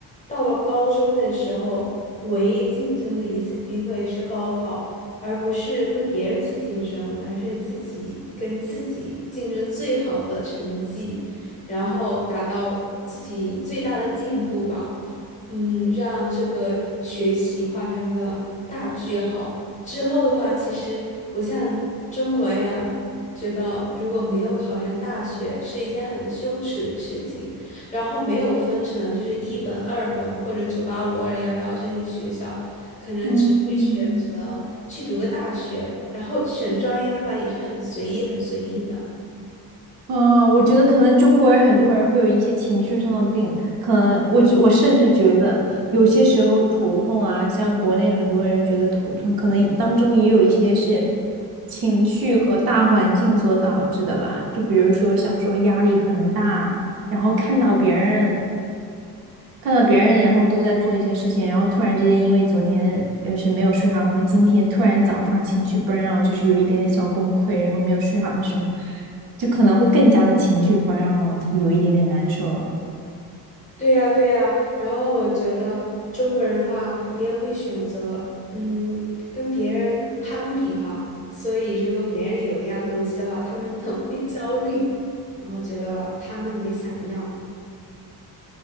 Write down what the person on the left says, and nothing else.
到了高中那时候，唯一竞争的一次机会是高考，而不是跟别人去竞争，而是自己跟自己竞争最好的成绩，然后达到自己最大的进步吧。嗯，让这个学习画上个大句号。之后的话，其实不像中国一样，觉得如果没有考上大学是一件很羞耻的事情，然后没有分成就是一本、二本或者九八五、二幺幺这些学校，可能只会选择去读个大学，
然后选专业的话也是很随意、很随意的。
对呀，对呀，然后我觉得中国人的话，普遍会选择嗯跟别人攀比吧，所以如果别人有一样东西的话，他们很会焦虑，然后觉得他们也想要，